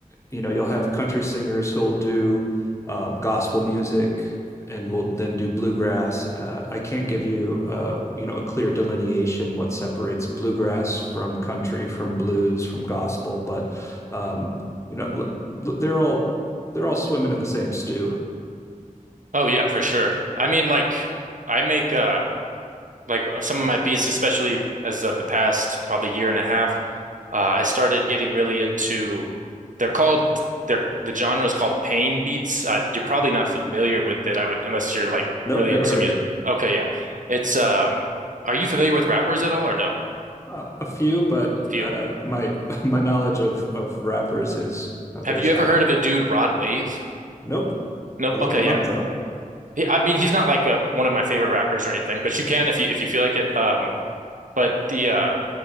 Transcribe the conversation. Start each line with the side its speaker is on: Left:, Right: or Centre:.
Left: you know, you'll have country singers who'll do um, gospel music and will then do bluegrass. Uh, I can't give you, uh, you know, a clear delineation what separates bluegrass from country, from blues, from gospel, but um, you know, l- l- they're all they're all swimming in the same stew.
Right: Oh yeah, for sure. I mean, like I make uh like uh, some of my beats, especially as of the past probably year and a half, uh, I started getting really into. They're called they're the genre is called pain beats. Uh, you're probably not familiar with it, I would unless you're like
Left: Nope,
Right: really
Left: never
Right: into
Left: heard
Right: music.
Left: of it.
Right: Okay, yeah, it's um. Are you familiar with rappers at all or no?
Left: Uh, a few, but
Right: Few.
Left: uh, my <laughs> my knowledge of of rappers is uh, very
Right: Have you
Left: shallow.
Right: ever heard of a dude Rod Wave?
Left: Nope.
Right: No.
Left: I'll look
Right: Okay,
Left: them
Right: yeah.
Left: up though.
Right: He, I mean, he's not like a one of my favorite rappers or anything, but you can if you if you feel like it. Um, but the uh